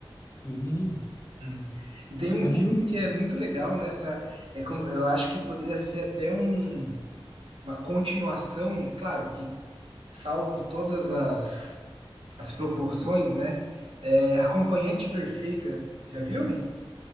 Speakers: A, on the left; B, on the right.
A: Sim,
B: Hum. E tem
A: é,
B: um
A: é
B: filme
A: muito interessante.
B: que é muito legal nessa. É, como- eu acho que poderia ser até um- uma continuação, claro, que salvo todas as, as proporções, né? É, Acompanhante Perfeita, já viu?